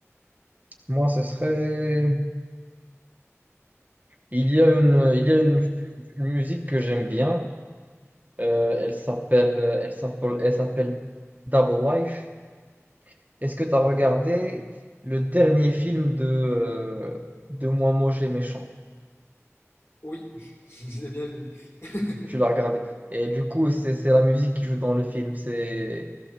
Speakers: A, on the right; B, on the left.
A: Moi, ce serait... Il y a une, il y a une, une musique que j'aime bien. Euh, elle s'appelle, elle s'appelle, elle s'appelle Double Life. Est-ce que tu as regardé le dernier film de, euh, de Moi Moche et Méchant?
B: Oui, <laughs> j'ai bien vu. <laughs>
A: Tu l'as regardé. Et du coup, c'est, c'est la musique qui joue dans le film. C'est,